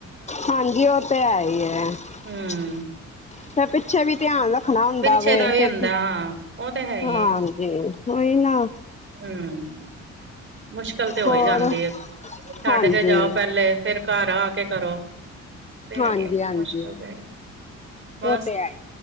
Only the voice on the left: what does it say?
ਹਾਂਜੀ। ਉਹ ਤੇ ਹੈ ਈ ਐ, <unintelligible>
ਪਿੱਛੇ ਵੀ ਧਿਆਨ ਰੱਖ ਰਖਣਾ ਹੁੰਦਾ
ਵੇ,
ਫਿਰ
ਹਾਂਜੀ,
ਉਹੀ ਨਾਂ
ਹੋਰ।
ਹਾਂਜੀ।
ਹਾਂਜੀ,
ਹਾਂਜੀ।
ਉਹ ਤੇ ਹੈਈ।